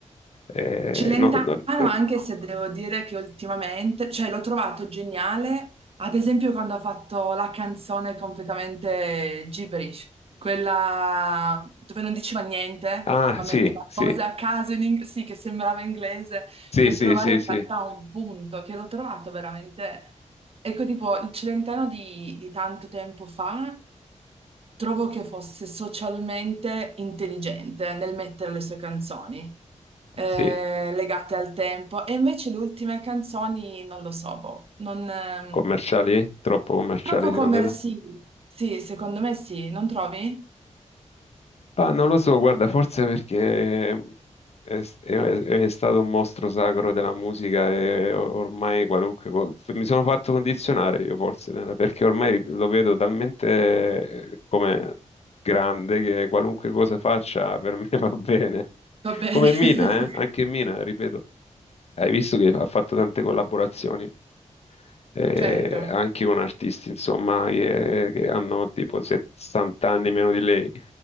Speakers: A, on the left; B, on the right.
A: eh,
B: Celentano,
A: no- no-
B: anche
A: eh,
B: se devo dire che ultimamente, cioè l'ho trovato geniale, ad esempio quando ha fatto la canzone completamente gibberish, quella dove non diceva niente,
A: Ah,
B: ma metteva
A: sì, sì,
B: cose a caso in ing- sì, che sembrava inglese,
A: Sì,
B: per
A: sì,
B: provare
A: sì,
B: in
A: sì,
B: realtà un punto, che l'ho trovato veramente... Ecco, tipo, il Celentano di, di tanto tempo fa Trovo che fosse socialmente intelligente nel mettere le sue canzoni eh,
A: sì.
B: legate al tempo e invece le ultime canzoni non lo so, boh, non, ehm,
A: Commerciali? Troppo commerciali
B: troppo commerciali.
A: secondo te?
B: Sì, secondo me sì, non trovi?
A: Ah, non lo so, guarda, forse perché è, è- è stato un mostro sacro della musica e ormai qualunque cosa... Mi sono fatto condizionare io forse, nella- perché ormai lo vedo talmente eh, come grande che qualunque cosa faccia per me <laughs> va bene.
B: Va bene.
A: Come
B: <laughs>
A: Mina, eh? Anche Mina, ripeto. Hai visto che ha fatto tante collaborazioni? eh,
B: Certo,
A: anche con artisti, insomma, che, che hanno tipo 70 anni meno di lei.